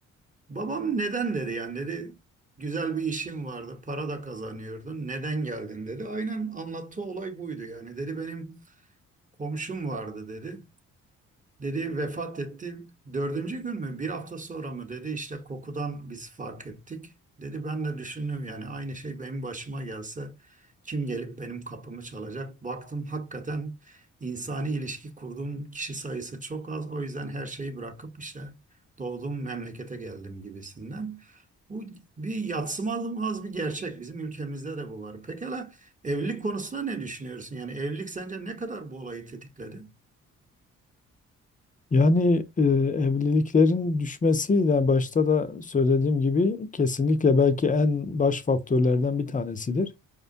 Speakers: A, on the right; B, on the left.
A: Babam neden dedi yani dedi güzel bir işim vardı para da kazanıyordun neden geldin dedi. Aynen anlattığı olay buydu yani dedi benim komşum vardı dedi. Dedi vefat etti. Dördüncü gün mü? Bir hafta sonra mı? Dedi işte kokudan biz fark ettik. Dedi ben de düşündüm yani aynı şey benim başıma gelse kim gelip benim kapımı çalacak? Baktım hakikaten insani ilişki kurduğum kişi sayısı çok az. O yüzden her şeyi bırakıp işte doğduğum memlekete geldim gibisinden. Bu bir yadsınamaz bir gerçek. Bizim ülkemizde de bu var. Pekala evlilik konusunda ne düşünüyorsun? Yani evlilik sence ne kadar bu olayı tetikledi?
B: Yani e, evliliklerin düşmesi yani başta da söylediğim gibi kesinlikle belki en baş faktörlerden bir tanesidir.